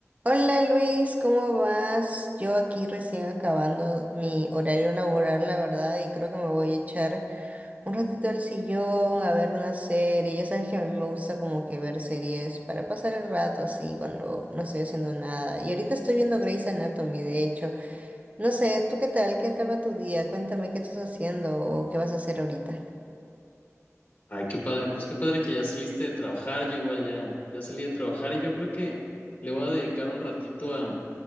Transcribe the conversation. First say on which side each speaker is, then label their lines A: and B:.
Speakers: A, on the right (about 30°); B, on the left (about 40°).
A: Hola Luis, ¿cómo vas? Yo aquí recién acabando mi horario laboral, la verdad, y creo que me voy a echar un ratito al sillón a ver una serie. Ya sabes que a mí me gusta como que ver series para pasar el rato así cuando no estoy haciendo nada. Y ahorita estoy viendo Grey's Anatomy, de hecho. No sé, ¿tú qué tal? ¿Qué tal va tu día? Cuéntame qué estás haciendo o qué vas a hacer ahorita.
B: Ay, qué padre, pues qué padre que ya saliste de trabajar, yo igual ya, ya salí de trabajar y yo creo que le voy a dedicar un ratito a,